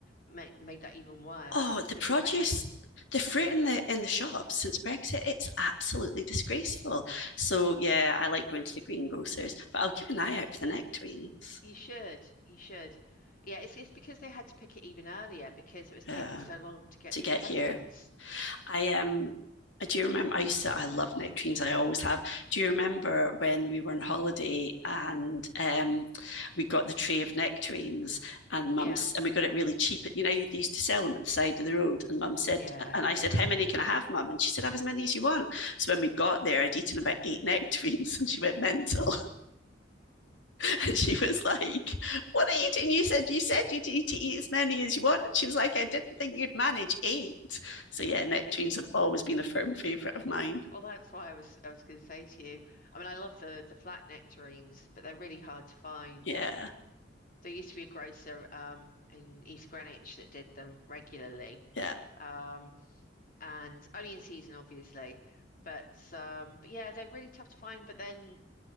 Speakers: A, on the left (about 45°); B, on the left (about 75°).
A: made made that even worse
B: Oh, the
A: because
B: produce,
A: they had to.
B: the fruit
A: Yeah,
B: in the in the shops since Brexit, it's absolutely disgraceful. So yeah, I like going to the greengrocers, but I'll keep an eye out for the nectarines.
A: You should. You should. Yeah, it's it's because they had to pick it even earlier because it was taking
B: Yeah,
A: so long to get
B: to
A: through
B: get
A: customs.
B: here. I am. um do you remember I used to I love nectarines, I always have. Do you remember when we were on holiday and um we got the tray of nectarines and mum's
A: Yeah.
B: and we got it really cheap. You know, they used to sell them at the side of the road. And mum said,
A: Yeah.
B: and I said, How many can I have, mum? And she said, Have as many as you want. So when we got there, I'd eaten about eight nectarines <laughs> and she went mental. <laughs> And she was like, What are you doing? You said you said you'd eat, to eat as many as you want. And she was like, I didn't think you'd manage eight. So yeah, nectarines have always been a firm favourite of mine.
A: Well, that's why I was I was going to say to you. I mean, I love the the flat nectarines, but they're really hard to find.
B: Yeah.
A: There used to be a grocer um in East Greenwich that did them regularly.
B: Yeah.
A: Um and only in season obviously. But um but yeah, they're really tough to find, but then